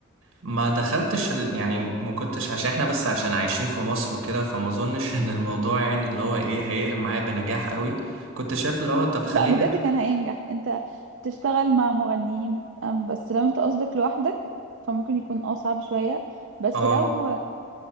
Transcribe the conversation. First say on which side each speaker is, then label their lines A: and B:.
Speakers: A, on the right (about 85°); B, on the right (about 65°).
A: ما دخلتش ال... يعني ما كنتش عشان احنا بس عشان عايشين في مصر وكده فما اظنش <laughs> ان الموضوع يعني اللي هو ايه هيقلب معايا بنجاح قوي كنت شايف اللي هو طب خليني
B: لا بجد كان هينجح انت تشتغل مع مغنيين أم، بس لو انت قصدك لوحدك فممكن يكون اه صعب شوية بس
A: اه
B: لو